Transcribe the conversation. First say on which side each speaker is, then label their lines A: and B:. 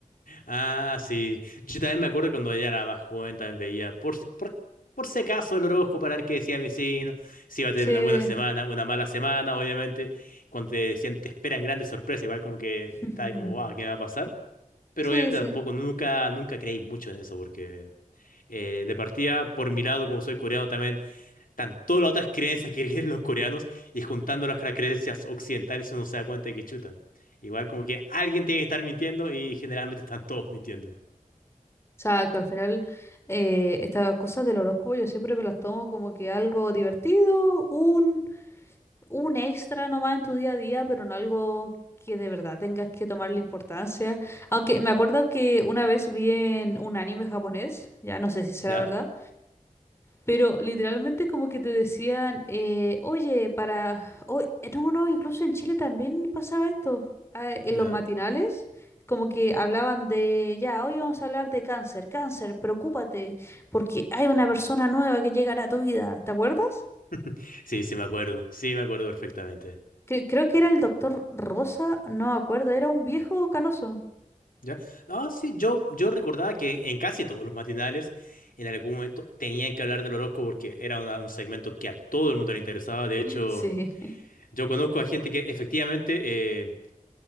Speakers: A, on the left; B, on the left.
A: Ah, sí. Yo también me acuerdo cuando ella era más joven, también veía por, si- por, por si acaso el horóscopo para ver qué decía mi signo, si iba a tener
B: Sí,
A: una buena semana, una mala semana, obviamente. Cuando te decían te esperan grandes sorpresas, igual como que
B: <laughs>
A: está ahí como, wow, ¿qué me va a pasar? Pero
B: sí,
A: obviamente
B: sí.
A: tampoco, nunca, nunca creí mucho en eso, porque eh, de partida, por mi lado, como soy coreano también, están todas las otras creencias que creen los coreanos y juntándolas con las creencias occidentales uno se da cuenta de que chutan. Igual como que alguien tiene que estar mintiendo y generalmente están todos mintiendo.
B: Exacto, al final eh, estas cosas del horóscopo yo siempre me las tomo como que algo divertido, un un extra nomás en tu día a día, pero no algo que de verdad tengas que tomarle importancia. Aunque me acuerdo que una vez vi en un anime japonés, ya no sé si será
A: ¿Ya?
B: verdad, pero literalmente como que te decían, eh, oye, para... oye, no, no, incluso en Chile también pasaba esto, ah, en
A: ¿Ya?
B: los matinales. Como que hablaban de, ya, hoy vamos a hablar de cáncer, cáncer, preocúpate, porque hay una persona nueva que llegará a tu vida, ¿te acuerdas?
A: <laughs> Sí, sí me acuerdo, sí me acuerdo perfectamente.
B: Cre- creo que era el doctor Rosa, no me acuerdo, era un viejo canoso.
A: ¿Ya? No, sí, yo, yo recordaba que en casi todos los matinales en algún momento tenían que hablar del horóscopo porque era una- un segmento que a todo el mundo le interesaba. De hecho,
B: Sí, <laughs>
A: yo conozco a gente que efectivamente... eh,